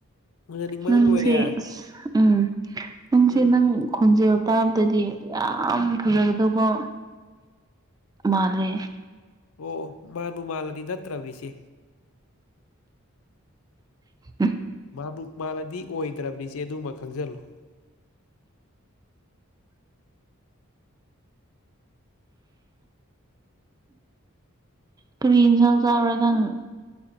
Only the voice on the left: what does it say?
ꯎꯅꯅꯤꯡꯕꯅ
ꯂꯣꯏꯔꯦ
ꯎꯝ
ꯑꯣ ꯃꯥꯟꯕꯨ ꯃꯥꯜꯂꯗꯤ ꯅꯠꯇ꯭ꯔꯕꯅꯤ ꯏꯆꯦ
ꯃꯥꯟꯕꯨ ꯃꯥꯜꯂꯗꯤ ꯑꯣꯏꯗ꯭ꯔꯕꯅꯤ ꯏꯆꯦ ꯑꯗꯨꯃ ꯈꯪꯖꯜꯂꯣ